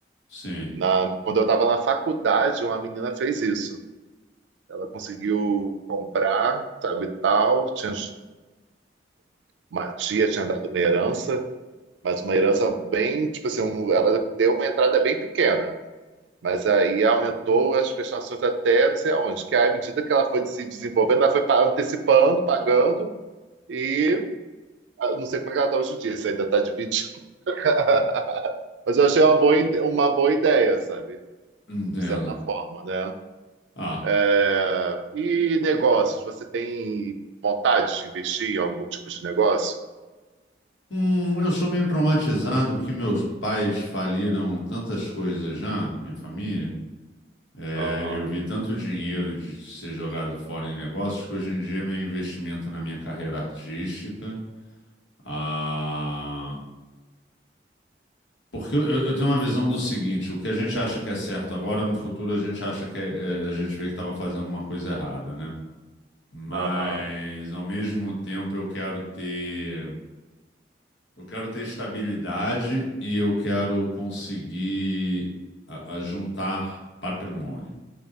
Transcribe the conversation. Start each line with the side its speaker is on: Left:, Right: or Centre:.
Left: Sim,
Right: Na, quando eu estava na faculdade, uma menina fez isso. Ela conseguiu comprar, sabe, tal. Tinha, uma tia tinha dado uma herança, mas uma herança bem, tipo assim, um- ela deu uma entrada bem pequena. Mas aí aumentou as prestações até não sei aonde, que aí, à medida que ela foi se desenvolvendo, ela foi pa- antecipando, pagando, e ah, não sei como é que ela está hoje em dia, se ainda está dividindo <laughs> Mas eu achei uma boa, ide- uma boa ideia, sabe?
Left: entendo.
Right: De certa forma, né?
Left: Ah.
Right: É, E negócios, você tem vontade de investir em algum tipo de negócio?
Left: Hum, eu sou meio traumatizado porque meus pais faliram tantas coisas já, minha família. É,
Right: Aham,
Left: eu vi tanto dinheiro de ser jogado fora em negócios que hoje em dia meu investimento na minha carreira artística. Ah, porque eu, eu- eu tenho uma visão do seguinte: o que a gente acha que é certo agora, no futuro a gente acha que é- é- a gente vê que estava fazendo uma coisa errada, né? Mas
Right: aham,
Left: ao mesmo tempo eu quero ter eu quero ter estabilidade e eu quero conseguir a- a juntar patrimônio.